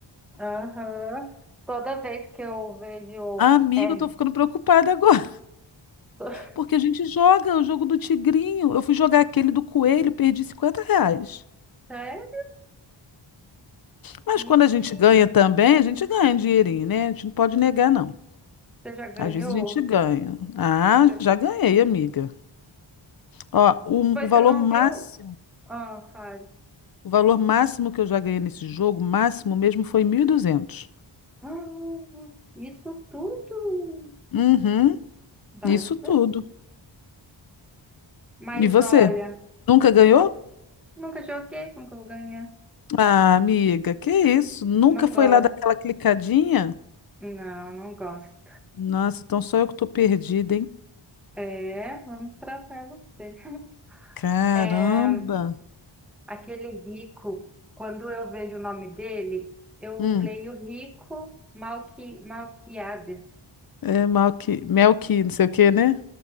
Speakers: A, in the centre; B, on the left.
A: Aham. Toda vez que eu vejo.
B: Amiga,
A: É.
B: eu tô ficando preocupada agora,
A: to-
B: porque a gente joga o jogo do tigrinho. Eu fui jogar aquele do coelho, perdi 50 reais.
A: <laughs> Sério?
B: Mas
A: Menina.
B: quando a gente ganha também, a gente ganha um dinheirinho, né? A gente não pode negar, não.
A: Você já ganhou?
B: Às vezes a gente ganha. Ah,
A: Você-
B: já ganhei, amiga. Ó, o,
A: Pois
B: o valor
A: você não
B: máximo,
A: viu? Ah, faz.
B: o valor máximo que eu já ganhei nesse jogo, máximo mesmo, foi 1.200.
A: Ah, isso tudo.
B: Uhum,
A: Basta.
B: isso tudo.
A: Mas
B: E você?
A: olha,
B: Nunca ganhou?
A: nunca joguei como que eu vou ganhar.
B: Ah, amiga, que isso? Nunca
A: Não
B: foi
A: gosto.
B: lá daquela clicadinha?
A: Não, não gosto.
B: Nossa, então só eu que tô perdida, hein?
A: É, vamos tratar você. <laughs>
B: Caramba!
A: é Aquele rico, quando eu vejo o nome dele, eu
B: Hum,
A: leio Rico Malqui, Malquiades. <laughs>
B: é mal que, mel que, não sei o quê, né?